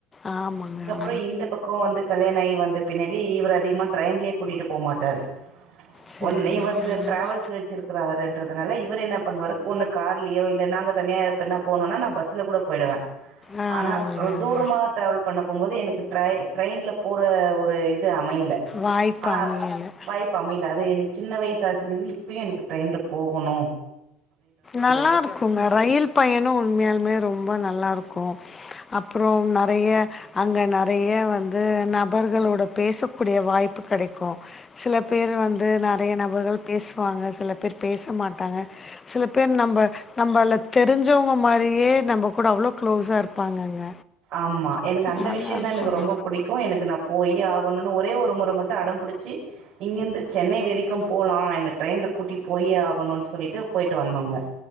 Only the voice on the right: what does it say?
அப்புறம் இந்த பக்கம் வந்து கல்யாணம் ஆகி வந்து த்து பின்னாடி இவர் அதிகமா டிரரெயின்லயே கூட்டிட்டு போ மாட்டாரு
ஒன் இவருக்கு
டிராவல்ஸ் வச்சிருக்கிறாருன்றதுனால இவர் என்ன பண்ணுவாரு ஒன்னு கார்லயோ இல்லனா நாங்க தனியா என்ன போனும்னா நான் பஸ்ல கூட போயிடுவே
ஆனா
ஒரு தூரமா டிரவல் பண்ண போகும்போது எனக்கு ட்ரை ட்ரெயின்ல போற ஒரு அமையல
ஆ
வாய்ப்பு அமையல அது எனக்கு சின்ன வயசு <unintelligible> இருந்து இப்பயு எனக்கு ட்ரெயின்ல போகனு
ஆமா எனக்கு அந்த
விஷயோ தா
எனக்கு ரொம்ப புடிக்கு எனக்கு நா போயே ஒன்னுனு ஒரே ஒரு முற மட்டு அடம் புடிச்சி இங்கருந்து சென்னை வெரைக்கு போலா என்ன ட்ரெயின்ல கூட்டி போயே ஆகனுன் சொல்லிட்டு பொய்ட்டு வந்தோங்க